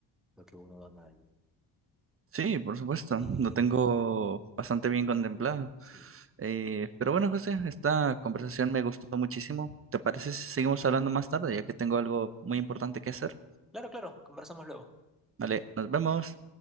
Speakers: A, in the centre; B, on the right (about 30°).
A: lo que uno da a nadie.
B: Sí, por supuesto.
A: Y,
B: Lo tengo bastante bien contemplado.
A: sí.
B: Eh, pero bueno, José, esta conversación me gustó muchísimo. ¿Te parece si seguimos hablando más tarde, ya que tengo algo muy importante que hacer?
A: Claro, claro, conversamos luego.
B: Vale, nos vemos.